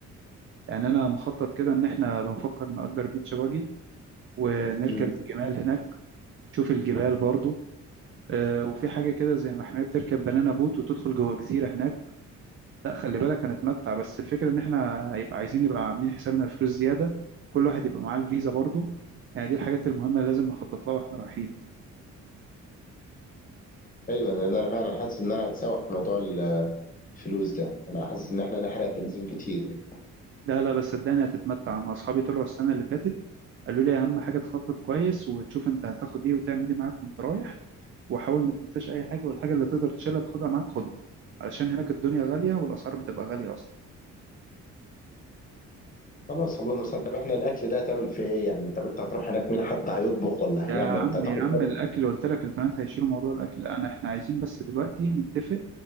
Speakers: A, on the right; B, on the left.
A: يعني أنا مخطط كده إن احنا بنفكر نأجر بيتش باجي ونركب
B: مم.
A: الجمال هناك نشوف الجبال برضو آه، وفي حاجة كده زي محمية بتركب بنانا بوت وتدخل جوه جزيرة هناك لا خلي بالك هنتمتع بس الفكرة إن إحنا يبقى عايزين يبقى عاملين حسابنا الفلوس زيادة كل واحد يبقى معاه الفيزا برضو يعني دي الحاجات المهمة اللي لازم نخطط لها وإحنا رايحين
B: ايوه لان انا فعلا حاسس ان انا هتسوح في موضوع الفلوس ده انا حاسس ان احنا نحرق بنزين كتير يعني
A: لا لا بس صدقني هتتمتع أنا أصحابي طلعوا السنة اللي فاتت قالوا لي أهم حاجة تخطط كويس وتشوف أنت هتاخد إيه وتعمل إيه معاك وأنت رايح وحاول ما تنساش أي حاجة والحاجة اللي تقدر تشيلها تاخدها معاك خدها علشان هناك الدنيا غالية والأسعار بتبقى غالية أصلا
B: خلاص الله المستعان طب احنا الاكل ده هتعمل فيه ايه يعني طب انت هتروح هناك مين حد هيطبخ ولا
A: يا
B: هنعمل
A: عم
B: انت هتاخد
A: يا عم
B: حاجة؟
A: الاكل قلت لك البنات هيشيلوا موضوع الاكل انا احنا عايزين بس دلوقتي نتفق